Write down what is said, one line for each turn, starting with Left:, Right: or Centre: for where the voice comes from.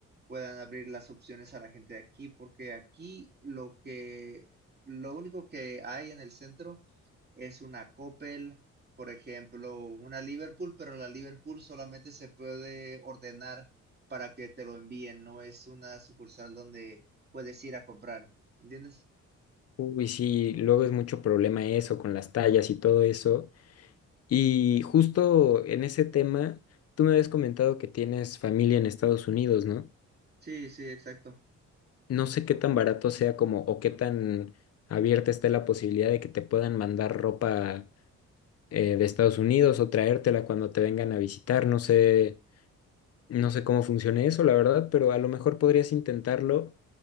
Right: puedan abrir las opciones a la gente de aquí, porque aquí lo que, lo único que hay en el centro es una Coppel, por ejemplo, una Liverpool, pero la Liverpool solamente se puede ordenar para que te lo envíen, no es una sucursal donde puedes ir a comprar, ¿entiendes?
Left: Uy, sí, luego es mucho problema eso con las tallas y todo eso. Y justo en ese tema, tú me habías comentado que tienes familia en Estados Unidos, ¿no?
Right: Sí, sí, exacto.
Left: No sé qué tan barato sea como o qué tan abierta esté la posibilidad de que te puedan mandar ropa eh, de Estados Unidos o traértela cuando te vengan a visitar. No sé, no sé cómo funcione eso, la verdad, pero a lo mejor podrías intentarlo.